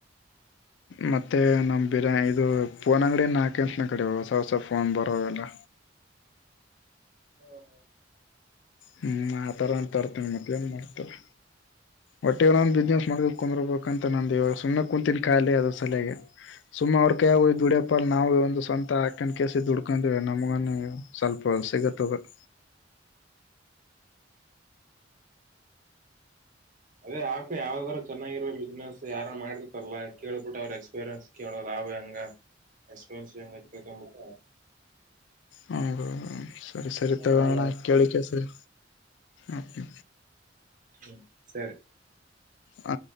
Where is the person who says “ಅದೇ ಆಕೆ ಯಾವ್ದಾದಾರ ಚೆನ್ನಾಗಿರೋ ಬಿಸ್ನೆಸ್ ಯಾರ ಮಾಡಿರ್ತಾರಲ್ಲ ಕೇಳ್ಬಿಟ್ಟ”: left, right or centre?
Right